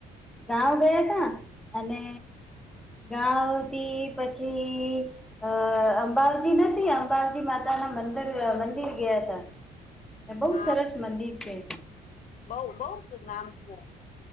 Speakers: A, in the centre; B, on the left.
A: ગાંવ ગયા તા અને ગાંવ થી પછી અ અંબાજી નથી અંબાજી માતાના મંદર મંદિર ગયા તા. બહુ
B: હા
A: સરસ મંદિર છે.
B: બઉ બહ નામ છે